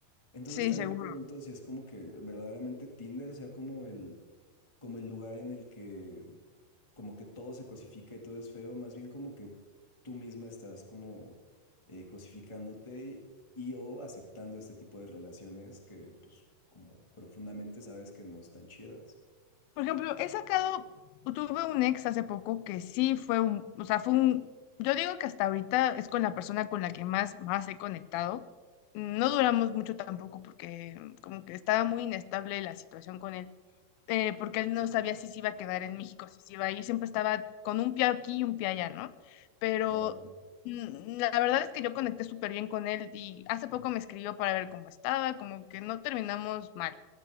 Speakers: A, on the left (about 45°); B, on the left (about 80°).
A: Entonces
B: Sí,
A: también
B: seguro.
A: me pregunto si es como que verdaderamente Tinder sea como el, como el lugar en el que como que todo se cosifica y todo es feo, más bien como que tú misma estás como eh, cosificándote y, o aceptando este tipo de relaciones que pues como profundamente sabes que no están chidas.
B: Por ejemplo, he sacado, tuve un ex hace poco que sí fue un, o sea, fue un, yo digo que hasta ahorita es con la persona con la que más, más he conectado. No duramos mucho tampoco porque como que estaba muy inestable la situación con él, eh, porque él no sabía si se iba a quedar en México, si se iba a ir, siempre estaba con un pie aquí y un pie allá, ¿no? Pero
A: Claro.
B: Mm, La verdad es que yo conecté súper bien con él y hace poco me escribió para ver cómo estaba, como que no terminamos mal.